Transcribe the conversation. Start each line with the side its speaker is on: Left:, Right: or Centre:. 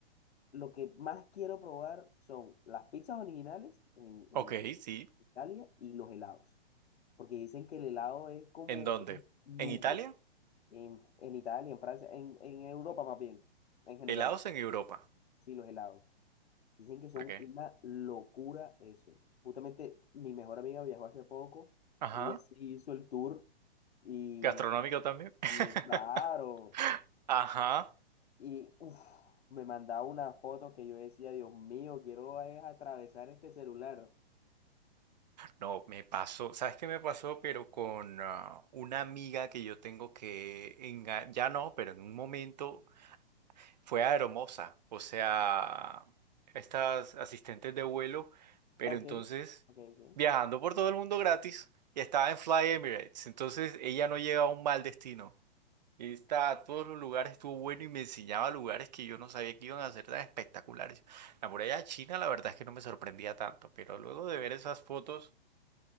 Left: lo que más quiero probar son las pizzas originales en, en
Right: Ok, sí.
Left: Italia y los helados, porque dicen que el helado es como
Right: ¿En dónde?
Left: un nube
Right: ¿En Italia?
Left: en, en Italia, en Francia, en, en Europa más bien, en general,
Right: Helados en Europa.
Left: sí, los helados. Dicen que son
Right: ¿Por qué?
Left: una locura eso. Justamente mi mejor amiga viajó hace poco,
Right: Ajá.
Left: ella sí hizo el tour y,
Right: Gastronómico también. <laughs>
Left: y claro,
Right: Ajá.
Left: y uf, me mandaba una foto que yo decía, Dios mío, quiero es atravesar este celular.
Right: No, me pasó, ¿sabes qué me pasó? Pero con ah, una amiga que yo tengo que, enga- ya no, pero en un momento fue aeromoza, o sea, estas asistentes de vuelo, pero
Left: Ok,
Right: entonces
Left: ok, ok.
Right: viajando por todo el mundo gratis y estaba en Fly Emirates, entonces ella no llega a un mal destino. Y está a todos los lugares, estuvo bueno y me enseñaba lugares que yo no sabía que iban a ser tan espectaculares. La muralla china, la verdad es que no me sorprendía tanto, pero luego de ver esas fotos...